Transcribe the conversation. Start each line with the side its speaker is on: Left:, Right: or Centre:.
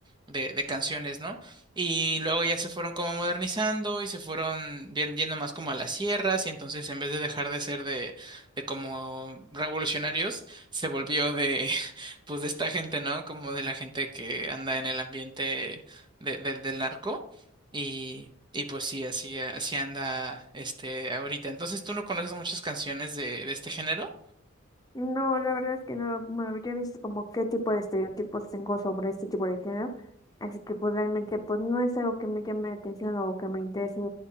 Right: de, de canciones, ¿no? Y luego ya se fueron como modernizando y se fueron vien- yendo más como a las sierras y entonces en vez de dejar de ser de, de como revolucionarios, se volvió de, <laughs> pues de esta gente, ¿no? Como de la gente que anda en el ambiente de- del del narco. Y, y pues sí, así, así anda este ahorita. Entonces, ¿tú no conoces muchas canciones de, de este género?
Left: no, la verdad es que no me habría visto como qué tipo de estereotipos tengo sobre este tipo de género. Así que pues realmente pues no es algo que me llame la atención o que me interese